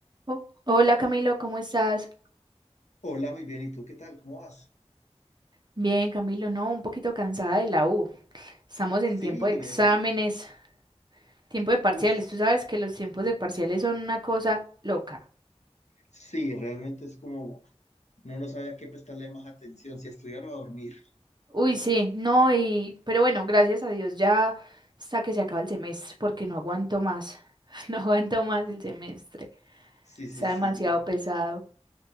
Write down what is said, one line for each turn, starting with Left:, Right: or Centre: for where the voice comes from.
Right: Oh, Hola Camilo, ¿cómo estás?
Left: Hola, muy bien. ¿Y tú qué tal? ¿Cómo vas?
Right: Bien, Camilo, no, un poquito cansada de la U. Estamos
Left: Sí,
Right: en tiempo de exámenes,
Left: eso.
Right: tiempo de parciales.
Left: Uf,
Right: Tú sabes que los tiempos de parciales son una cosa loca.
Left: sí, realmente es como no no sabía a qué prestarle más atención, si a estudiar o a dormir.
Right: Uy, sí, no, y pero bueno, gracias a Dios ya hasta que se acaba el semestre, porque no aguanto más. <laughs> No aguanto más el semestre.
Left: Sí, sí,
Right: Está
Left: sí.
Right: demasiado pesado.